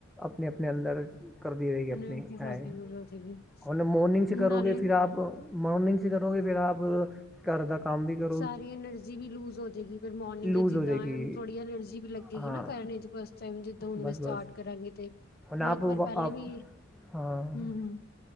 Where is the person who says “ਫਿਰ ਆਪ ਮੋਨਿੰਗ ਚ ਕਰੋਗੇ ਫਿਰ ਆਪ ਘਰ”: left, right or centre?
Centre